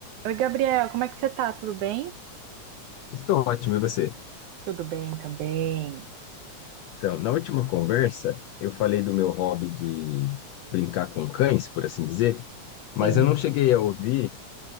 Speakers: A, on the right; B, on the left.
A: Oi, Gabriel, como é que você tá? Tudo bem?
B: Estou ótimo, e você?
A: Tudo bem também.
B: Então, na última conversa, eu falei do meu hobby de brincar com cães, por assim dizer, mas
A: Sim,
B: eu não cheguei a ouvir